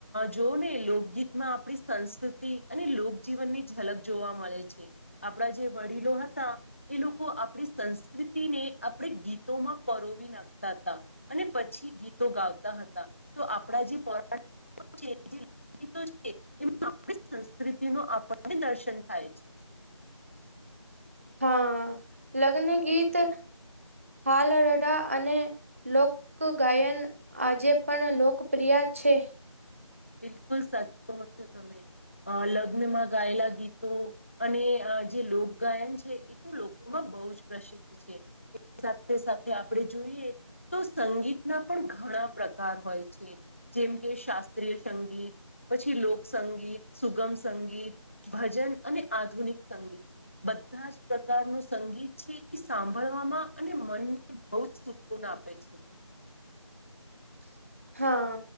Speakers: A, on the left; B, on the right.
A: જો ને લોકગીતમાં આપણી સંસ્કૃતિ અને લોકજીવનની જ લગ જોવા મળે છે આપણા જે વડીલો હતા એ લોકો આપણી સંસ્કૃતિને આપણે ગીતોમાં પરોવી નાખતા હતા અને પછી ગીતો ગાતા હતા તો આપણા જે પોરા છે જેી છે એમાં આપણી સંસ્કૃતિનું આપણને દર્શન થાય છે
B: હા લગ્ન ગીત હાલ રડા અને લોકગાયન આજે પણ લોકપ્રિય પછે
A: બિલકુલ સાચું છો તમે લગ્નમાં ગાયેલા ગીતો અને જે લોકગાયન છે એ તો લોકોમાં બહ જ પ્રસિદ્ધ છે સાથે સાથે આપણે જોઈએ તો સંગીતના પણ ઘણા પ્રકાર હોય છે જેમ કે શાસ્ સંગીત પછી લોકસંગીત સુગમ સંગીત ભજન અને આધુનિક સંગીત બધા જ પ્રકારનું સંગીત છે એ સાંભળવામાં અને મનને બહુ જ સુખ આપે છે
B: <inaudible> હા